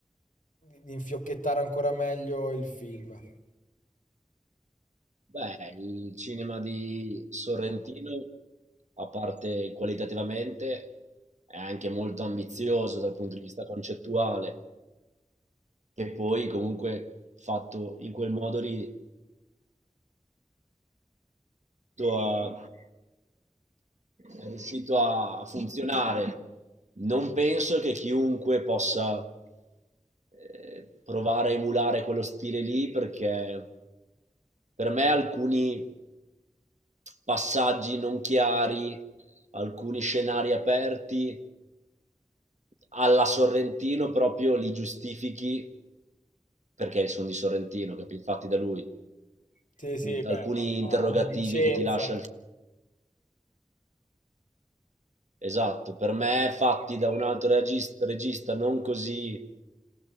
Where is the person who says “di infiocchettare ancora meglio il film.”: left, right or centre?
Left